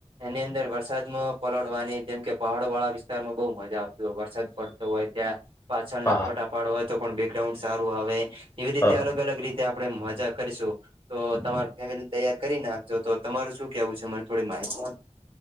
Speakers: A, on the right; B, on the left.
A: એની અંદર વરસાદમાં પલળવાની, જેમ કે પહાડો વાળા વિસ્તારમાં બહુ મજા આવતી હોય, વરસાદ પડ. તું હોય ત્યાં પાછળ ના
B: હા હા હા
A: ફોટા પાડવા હોય તો પણ બેકગ્રાઉન્ડ સારું આવે એવી રીતે
B: હા હા
A: અલગ અલગ રીત. ત્યાં આપડે મજા કરીશું તો તમાર ફેમિલી ને તૈયાર કરી નાખજો તો તમારું શું કેવું છે. તમાને થોડી માહિતી આપ.